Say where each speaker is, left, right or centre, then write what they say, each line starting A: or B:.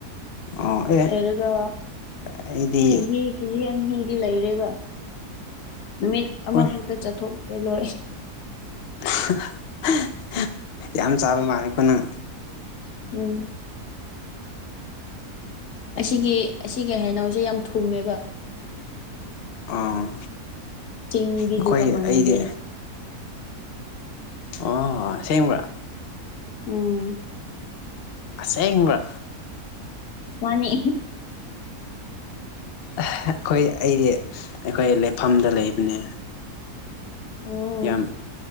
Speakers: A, on the left; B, on the left.
A: ꯑꯣ ꯑꯦ
B: ꯑꯔꯒ
A: ꯑꯩꯗꯤ
B: ꯆꯤꯡꯍꯤ ꯀꯦꯖꯤ ꯑꯅꯤꯗꯤ ꯂꯩꯔꯦꯕ ꯅꯨꯃꯤꯠ ꯑꯃꯈꯛꯇ
A: ꯍꯣꯏ
B: ꯆꯠꯊꯣꯛꯂ ꯂꯣꯏ
A: <unintelligible> ꯌꯥꯝ ꯆꯥꯕ ꯃꯥꯅꯤꯀꯣ ꯅꯪ
B: ꯎꯝ ꯑꯁꯤꯒꯤ ꯑꯁꯤꯒꯤ ꯍꯩꯅꯥꯎꯁꯦ ꯌꯥꯝ ꯊꯨꯝꯃꯦꯕ
A: ꯑꯥ
B: ꯆꯤꯡꯒꯤꯗꯨꯒ
A: ꯑꯩꯈꯣꯏ
B: ꯃꯥꯟꯅꯗꯦ
A: ꯑꯩꯗꯤ ꯑꯣ ꯑꯁꯦꯡꯕ꯭ꯔꯥ
B: ꯎꯝ
A: ꯑꯁꯦꯡꯕ꯭ꯔꯥ
B: ꯃꯅꯤ
A: ꯑꯩꯈꯣꯏ ꯑꯩꯗꯤ ꯑꯩꯈꯣꯏ ꯂꯩꯐꯝꯗ ꯂꯩꯕꯅꯦ
B: ꯑꯣ
A: ꯌꯥꯝ